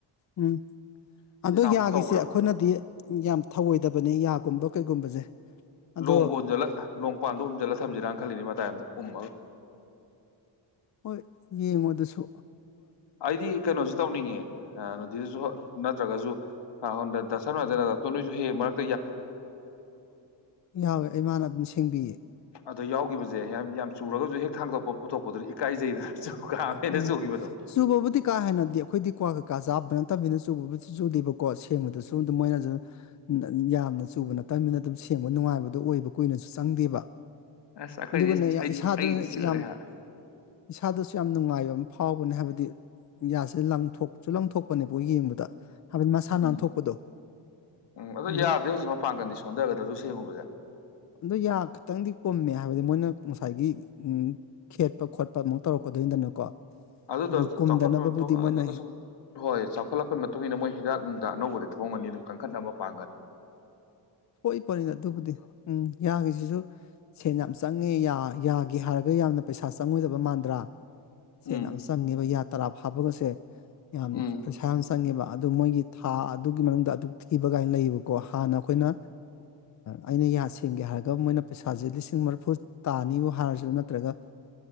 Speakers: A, on the left; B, on the left.
A: ꯎꯝ
B: ꯏꯆꯤꯟ
A: ꯑꯗꯣ
B: ꯏꯅꯥꯎꯁꯨ
A: ꯌꯥꯒꯤꯁꯦ
B: ꯇꯧꯈ꯭ꯔꯕꯅꯤ
A: ꯑꯩꯈꯣꯏꯅꯗꯤ ꯌꯥꯝ ꯊꯧꯑꯣꯏꯗꯕꯅꯤ ꯌꯥꯒꯨꯝꯕ ꯀꯩꯒꯨꯝꯕꯁꯦ ꯑꯗꯣ
B: ꯂꯣꯡꯕꯨ ꯎꯟꯖꯜꯂ ꯂꯣꯡ ꯄꯥꯟꯗꯣ ꯎꯟꯖꯜꯂ ꯊꯝꯖꯤꯔꯥꯅ ꯈꯜꯂꯤꯅꯤ ꯃꯇꯥꯏ ꯑꯝꯗ ꯎꯃ
A: ꯍꯣꯏ ꯌꯦꯡꯉꯨꯗꯁꯨ
B: ꯑꯩꯗꯤ ꯀꯩꯅꯣꯁꯨ ꯇꯧꯅꯤꯡꯉꯦ ꯁꯨ ꯅꯠꯇ꯭ꯔꯒꯁꯨꯁꯥꯗꯅ ꯅꯣꯏꯁꯨ ꯍꯦꯛ ꯃꯔꯛ
A: ꯌꯥꯎꯋꯦ ꯑꯩꯃꯅ ꯑꯗꯨꯝ ꯁꯦꯡꯕꯤꯌꯦ
B: ꯑꯗꯣ ꯌꯥꯎꯈꯤꯕꯁꯦ ꯌꯥꯝ ꯌꯥꯝ ꯆꯨꯔꯒꯁꯨ ꯍꯦꯛ ꯊꯥꯡꯗꯣꯛꯄ ꯄꯨꯊꯣꯛꯄꯗꯨꯗꯤ ꯏꯀꯥꯏꯖꯩꯗꯅꯁꯨ ꯀꯃꯦꯅꯦ
A: ꯎꯝ
B: ꯆꯨꯈꯤꯕꯕꯗꯣ
A: ꯆꯨꯕꯕꯨꯗꯤ ꯀꯥ ꯍꯦꯟꯅꯗꯤ ꯑꯩꯈꯣꯏꯗꯤ ꯀ꯭ꯋꯥ ꯀꯩꯀꯥ ꯆꯥꯕ ꯅꯠꯇꯕꯅꯤꯅ ꯆꯨꯕꯕꯨꯕꯁꯤ ꯆꯨꯗꯦꯕꯀꯣ ꯁꯦꯝꯕꯗꯁꯨ ꯑꯗꯨꯝ ꯃꯣꯏꯅꯁꯨ ꯌꯥꯝꯅ ꯆꯨꯕ ꯅꯠꯇꯕꯅꯤꯅ ꯑꯗꯨꯝ ꯁꯦꯝꯕ ꯅꯨꯡꯉꯥꯏꯕꯗꯣ ꯑꯣꯏꯕ ꯀꯨꯏꯅꯁꯨ ꯆꯪꯗꯦꯕ
B: ꯑꯁ ꯑꯈꫭꯏꯗꯤ
A: ꯑꯗꯨꯒꯅꯦ
B: ꯑꯗꯤ
A: ꯏꯁꯥꯗ
B: ꯑꯩꯒꯤꯗꯤ ꯁꯤꯜꯂꯨꯔꯦ
A: ꯌꯥꯝ
B: ꯍꯥ
A: ꯏꯁꯥꯗꯁꯨ ꯌꯥꯝ ꯌꯥꯝ ꯅꯨꯡꯉꯥꯏꯕ ꯑꯃ ꯐꯥꯎꯕꯅꯦ ꯍꯥꯏꯕꯗꯤ ꯌꯥꯁꯦ ꯂꯪꯊꯣꯛꯁꯨ ꯂꯪꯊꯣꯛꯄꯅꯦꯕꯣ ꯌꯦꯡꯕꯗ ꯍꯥꯏꯕꯗꯤ ꯃꯁꯥ ꯅꯥꯟꯊꯣꯛꯄꯗꯣ
B: ꯎꯝ ꯎꯝ ꯑꯗꯨ
A: ꯑꯗꯨꯒ
B: ꯌꯥꯗꯦ ꯍꯧꯖꯤꯛ ꯃꯄꯥꯡꯒꯜꯗꯤ ꯁꯣꯟꯊꯒꯗ꯭ꯔꯥ ꯑꯗꯨ ꯁꯦꯡꯉꯨꯕꯁꯦ
A: ꯑꯗ ꯌꯥ ꯈꯇꯪꯗꯤ ꯀꯨꯝꯃꯦ ꯍꯥꯏꯕꯗꯤ ꯃꯣꯏꯅ ꯉꯁꯥꯏꯒꯤ ꯈꯦꯠꯄ ꯈꯣꯠꯄ ꯑꯃ ꯇꯧꯔꯛꯀꯗꯣꯏꯅꯤꯗꯅꯀꯣ
B: ꯑꯗꯨꯗ
A: ꯑꯗꯨ ꯀꯨꯝꯗꯅꯕꯕꯨꯗꯤ
B: ꯆꯥꯎꯈꯠꯄ
A: ꯃꯣꯏꯅ
B: ꯑꯗꯨꯗ ꯁꯨꯝ ꯍꯣꯏ ꯆꯥꯎꯈꯠꯂꯛꯄꯩ ꯃꯇꯨꯡ ꯏꯟꯅ ꯃꯣꯏ ꯍꯤꯗꯥꯛ ꯅꯨꯡꯗ ꯑꯅꯧꯕꯗ ꯄꯨꯊꯣꯡ ꯑꯝꯒꯅꯤ ꯑꯗꯨꯝ ꯀꯟꯈꯠꯅꯕ ꯃꯥꯄꯥꯡꯒꯠ
A: ꯊꯣꯛꯏꯄꫭꯠꯅꯤ ꯑꯗꯨꯕꯨꯗꯤ ꯎꯝ ꯌꯥꯒꯤꯁꯤꯁꯨ ꯁꯦꯟ ꯌꯥꯝ ꯆꯪ ꯉꯦ ꯌꯥꯒꯦ ꯍꯥꯏꯔꯒ ꯌꯥꯝꯅ ꯄꯩꯁꯥ ꯆꯪꯉꯣꯏꯗꯕ ꯃꯥꯟꯗ꯭ꯔꯥ ꯁꯦꯟ
B: ꯎꯝ
A: ꯌꯥꯝ ꯆꯪꯉꯦꯕ ꯌꯥ ꯇꯔꯥ ꯐꯥꯕꯒꯁꯦ ꯌꯥꯝ
B: ꯎꯝ
A: ꯄꯩꯁꯥ ꯌꯥꯝ ꯆꯪꯉꯦꯕ ꯑꯗꯨ ꯃꯣꯏꯒꯤ ꯊꯥ ꯑꯗꯨꯒꯤ ꯃꯅꯨꯡꯗ ꯑꯗꯨꯛ ꯊꯤꯕ ꯀꯥꯏꯅ ꯂꯩꯌꯦꯕꯀꯣ ꯍꯥꯟꯅ ꯑꯩꯈꯣꯏꯅ ꯑꯩꯅ ꯌꯥ ꯁꯦꯡꯒꯦ ꯍꯥꯏꯔꯒ ꯃꯣꯏꯅ ꯄꯩꯁꯥꯁꯦ ꯂꯤꯁꯤꯡ ꯃꯔꯤꯐꯨ ꯇꯥꯅꯤꯕꯨ ꯍꯥꯏꯔꯁꯨ ꯅꯠꯇ꯭ꯔꯒ